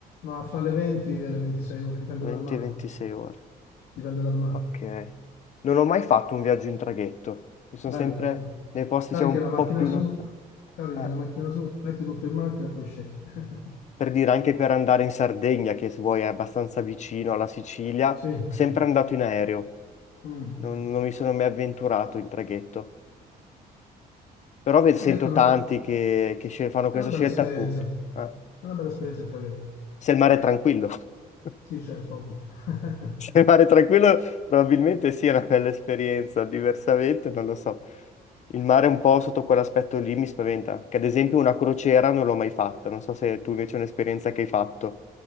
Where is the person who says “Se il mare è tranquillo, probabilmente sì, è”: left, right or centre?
Left